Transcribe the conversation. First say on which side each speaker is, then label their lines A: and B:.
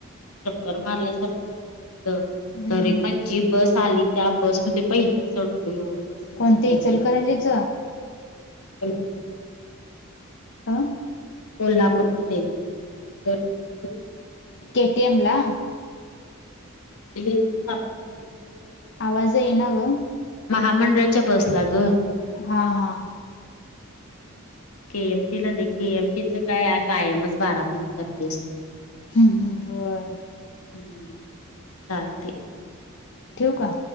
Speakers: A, on the left; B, on the left.
A: चक्कर मारल्यासारखं व्हायला लालेलं
B: हम्म
A: तरी पण जी बस चाली त्या बस मध्ये पहिला चढलो येऊन अस हे
B: कोणते इचलकरंजीच?
A: के ह ह
B: ता
A: कोल्हापूरमध्ये ग गर्दी. लई होती
B: के टी एम ला
A: आपली हे नॉर्मल महामंडळाच्या बस
B: आवाज
A: ला
B: येईना ग.
A: महामंडळाच्या बसला ग
B: हा हा
A: केएमटीला नाही के एमटी च काय कायमच बारा महिने गर्दी असते
B: ह् ह होय
A: हम् चालते
B: ठेवू का